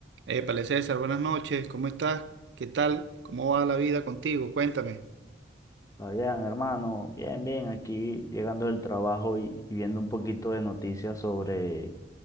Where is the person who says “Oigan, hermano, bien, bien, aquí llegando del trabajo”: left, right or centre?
Left